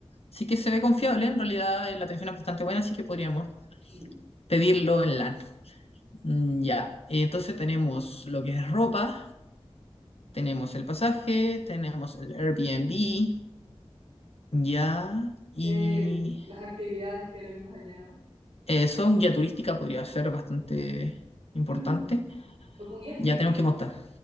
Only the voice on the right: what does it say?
Mm.
Eh, las actividades que haremos allá.
Mm, pues con guía turístico,